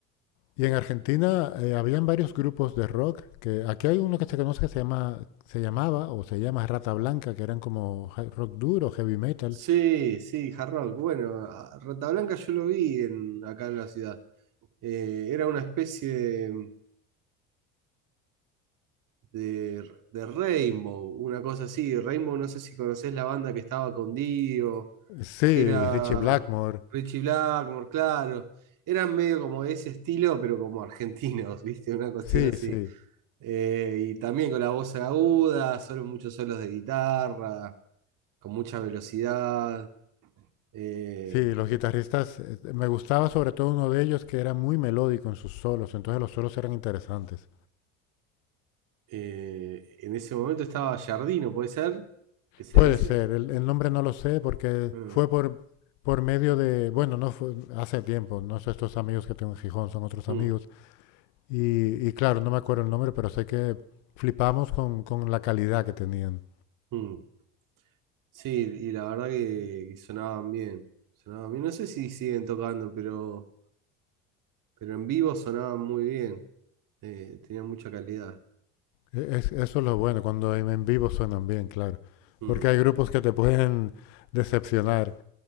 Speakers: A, on the left; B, on the right.
A: y en Argentina eh, habían varios grupos de rock, que aquí hay uno que se conoce que se llama, se llamaba o se llama Rata Blanca, que eran como he- rock duro, heavy metal.
B: Sí, sí, hard rock. Bueno, a- Rata Blanca yo lo vi en, acá en la ciudad. Eh, era una especie de, de, de Rainbow, una cosa así. Rainbow, no sé si conocés la banda que estaba con Dio.
A: Sí,
B: que era
A: Richie Blackmore.
B: Richie Blackmore, claro. Eran medio como de ese estilo, pero como argentinos, <laughs> ¿viste? Una cuestión
A: Sí,
B: así.
A: sí.
B: Eh, y también con la voz aguda, solo muchos solos de guitarra, con mucha velocidad. Eh,
A: Sí, los guitarristas, eh, me gustaba sobre todo uno de ellos que era muy melódico en sus solos, entonces los solos eran interesantes.
B: eh, en ese momento estaba Jardino, ¿puede ser? ¿Que sea
A: Puede
B: ese?
A: ser, el, el nombre no lo sé porque
B: Ah,
A: fue por, por medio de, bueno, no fue hace tiempo, no sé, estos amigos que tengo en Gijón son otros
B: mm,
A: amigos, y, y claro, no me acuerdo el nombre, pero sé que flipamos con, con la calidad que tenían.
B: mm. Sí, y la verdad que, que sonaban bien. Sonaban bien. No sé si siguen tocando, pero, pero en vivo sonaban muy bien. eh, tenía mucha calidad.
A: E- es- eso es lo bueno, cuando en, en vivo suenan bien, claro,
B: Mm,
A: porque hay grupos que te pueden decepcionar